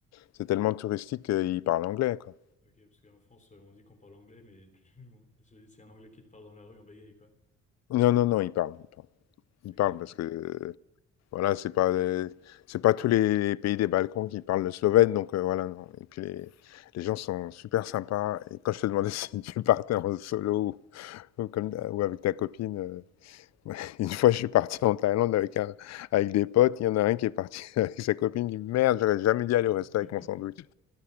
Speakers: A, on the left (about 60°); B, on the left (about 25°).
A: C'est tellement touristique qu'il parle anglais, quoi.
B: Ok, parce qu'en France, on dit qu'on parle anglais, mais tu- <laughs> c'est c'est un anglais qui te parle dans la rue, en bégaye, quoi.
A: Non, non, non, il parle. Il parle, il
B: Ok.
A: parle parce que, euh, voilà, c'est pas, euh, c'est pas tous les pays des Balkans qui parlent le slovène, donc euh, voilà, non. Et puis, les, les gens sont super sympas. Et quand je te demandais <laughs> si tu partais en solo ou, ou comme, ou avec ta copine, euh, Ouais, <laughs> Une fois, je suis parti en Thaïlande avec un, avec des potes. Il y en a un qui est parti <laughs> avec sa copine. Il dit, merde, j'aurais jamais dû aller au resto
B: <laughs>
A: avec mon sandwich.